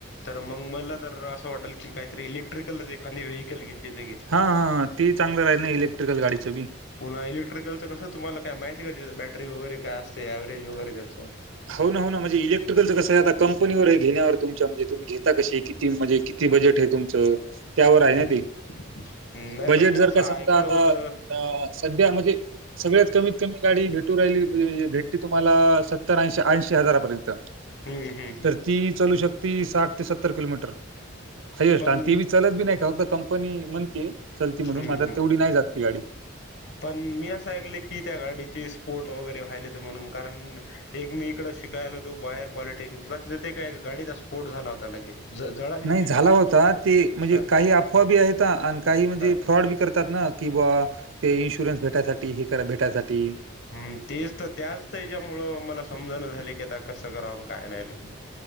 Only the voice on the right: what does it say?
हा-हा ते चांगलं राहिल ना, इलेक्ट्रिकल गाडीचं बी
हो ना, हो ना म्हणजे इलेक्ट्रिकलचं कसं आहे आता कंपनीवर आहे. घेण्या तुमच्या म्हणजे तुम्ही घेता कशी, किती म्हणजे, किती बजेट. तुमच, त्यावर आहे ना
ते,
बजेट
जर
का
समजा आता
अ सध्या म्हणजे, सगळ्यात कमीत कमी गाडी भेटू राहिली म्हणजे भेटते तुम्हाला स सत्तार ऐं-ऐंशी हजारापर्यंत.
तर ती चलू शकती साठ ते सत्तर किलोमीटर, हायस्ट,
आणि ती बी चलत बी नाही, का फक्त क पण हे म्हणते चलते म्हणून
मला
तेवढी नाही जात गाडी.
नाही झाला
होता ते म्हणजे
काही अफवा बी आहेत. आणि काही म्हणजे
फ्रॉड बी करत तर ना, कि बा ते इन्शुरन्स भेटासाठी, हे कर भेटासाठी.